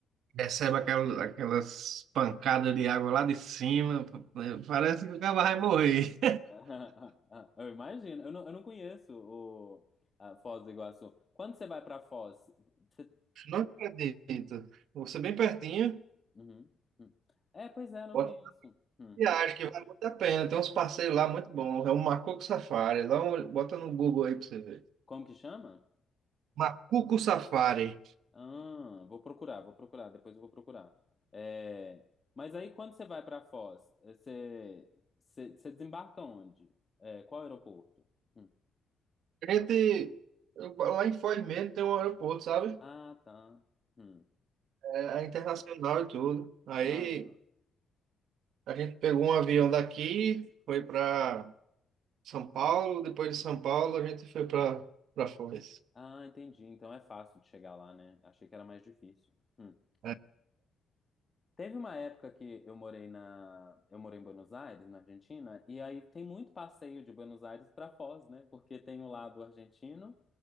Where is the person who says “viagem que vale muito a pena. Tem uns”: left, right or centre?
Right